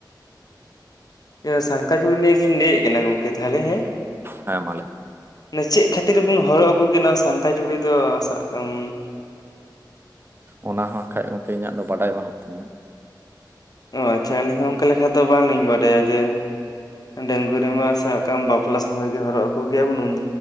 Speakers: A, on the left; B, on the right.
A: ᱤᱭᱟᱹ ᱥᱟᱝᱠᱟ ᱪᱩᱲᱤ ᱱᱤᱭᱟᱹ ᱜᱤᱧ ᱞᱟᱹᱭᱮᱜ ᱠᱟᱱᱟ ᱜᱚᱝᱠᱮ ᱛᱟᱦᱞᱮ ᱦᱮᱸ᱾
B: ᱦᱮᱸ ᱢᱟ ᱞᱟᱹᱭ ᱢᱮ᱾
A: ᱢᱟᱱᱮ ᱪᱮᱜ ᱠᱷᱟᱹᱛᱤᱨ ᱵᱩᱱ ᱦᱚᱨᱚᱜ ᱟᱠᱚ ᱨᱮᱭᱟ ᱱᱚᱣᱟ ᱥᱟᱝᱠᱟ ᱪᱩᱲᱤ ᱫᱚ ᱥᱟᱵ ᱠᱟᱜᱟᱢ
B: ᱚᱱᱟ ᱦᱚᱸ ᱠᱷᱟᱡ ᱜᱚᱝᱠᱮ ᱤᱧᱟᱜ ᱫᱚ ᱵᱟᱰᱟᱭ ᱵᱟᱱᱩᱜ ᱛᱤᱧᱟ᱾
A: ᱚ ᱟᱪᱪᱷᱟ ᱟᱹᱞᱤᱧ ᱦᱚᱸ ᱚᱱᱠᱟ ᱞᱮᱠᱷᱟ ᱫᱚ ᱵᱟᱝ ᱞᱤᱧ ᱵᱟᱰᱟᱭᱟ ᱡᱮ ᱰᱟᱹᱝᱜᱽᱣᱟᱹ ᱨᱮᱢᱟ ᱥᱟᱵ ᱠᱟᱢ ᱵᱟᱯᱞᱟ ᱥᱚᱢᱚᱭ ᱜᱮ ᱦᱚᱨᱚᱜ ᱟᱠᱚ ᱜᱮᱭᱟ ᱵᱚᱱ ᱩᱱ